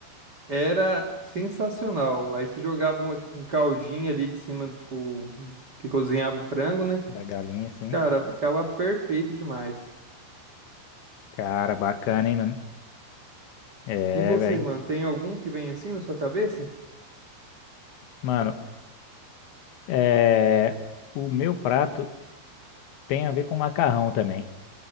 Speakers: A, on the right (about 75°); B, on the left (about 75°).
A: era sensacional. Aí você jogava um, um caldinho ali de cima, tipo, que cozinhava o frango, né?
B: da galinha, assim.
A: Cara, ficava perfeito demais.
B: Cara, bacana, hein, mano? É,
A: E você,
B: velho.
A: mano, tem algum que vem assim na sua cabeça?
B: Mano, É, o meu prato tem a ver com macarrão também.